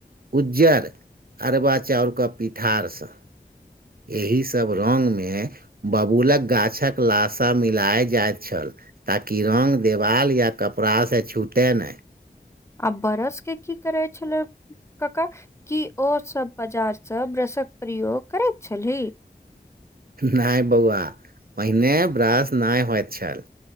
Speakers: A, on the right; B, on the left.
A: उज्जर अरबा चाउरके पिठारसँ एहिसब रग मे बबूलक गाछक लाशा मिलाए जाइत छल। ताकि रग देवाल या कपड़ासे छूटय नय।
B: आ बरस के की करै छले। कक्का की ओ सब बाजारसँ ब्रसक प्रयोग करैत छलीह।
A: नै बौआ पहिने ब्रश नय होइत छल